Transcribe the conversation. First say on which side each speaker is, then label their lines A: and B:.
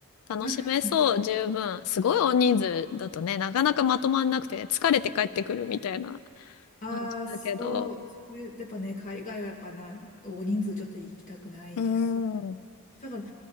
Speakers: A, on the left; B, on the left.
A: 楽しめそう、
B: <laughs>
A: 十分。すごい大人数だとね、なかなかまとまんなくて、疲れて帰ってくるみたいな
B: ああ、
A: 感じだけど。
B: そう。それやっぱね、海外はやっぱな、大人数ちょっと行きたくないですね。
A: うーん
B: だから、